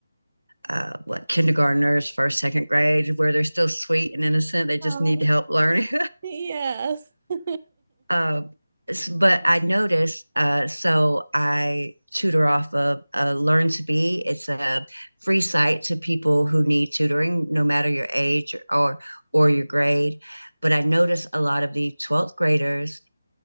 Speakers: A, on the right; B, on the right.
A: uh, what kindergartners, first, second grade, where they're still sweet and innocent. They just
B: Oh,
A: need help learning.
B: Yes. <laughs>
A: Uh, s- but I noticed, uh, so I tutor off of uh, Learn to Be. It's a free site to people who need tutoring, no matter your age or or your grade. But I noticed a lot of the 12th graders